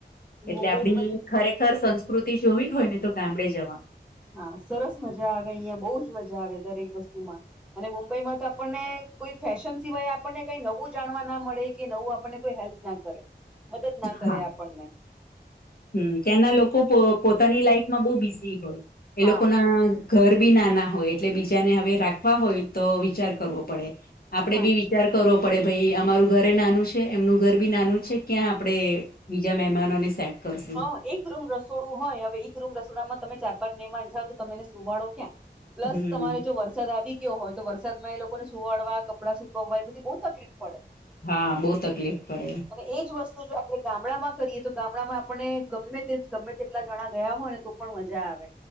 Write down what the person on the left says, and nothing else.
એટલે
આપડી ખરેખર સંસ્કૃતિ જોવી હોય ને તો ગામડે જવાનું
હા
હમ ત્યાંના લોકો પોતાની લાઈફમાં બહ બિઝી હોય એ
લોકો ના ઘર બી નાના હોય એટલે બીજાને હવે રાખવા હોય તો વિચાર કરવો પડે આપડે
બી વિચાર કરવો પડે ભાઈ અમારું ઘરે નાનું છે એમનું ઘર બી નાનું છે ક્યાં આપડે બીજા મહેમાનોને સેટ કરશું
હમ
હા બહુ તકલીફ પડે.